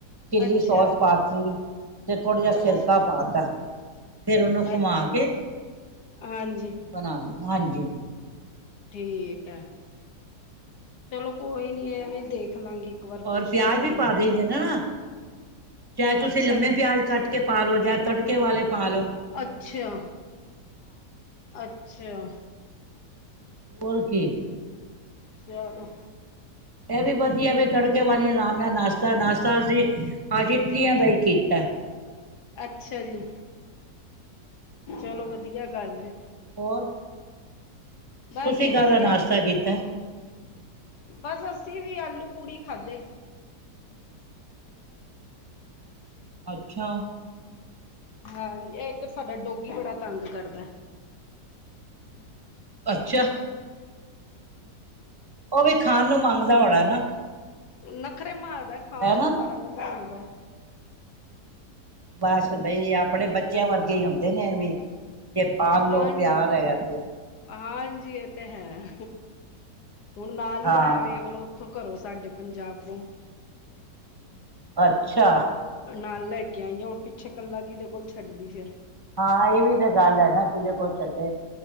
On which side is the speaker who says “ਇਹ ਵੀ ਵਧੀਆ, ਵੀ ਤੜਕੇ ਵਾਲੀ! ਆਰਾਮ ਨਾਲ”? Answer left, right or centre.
Right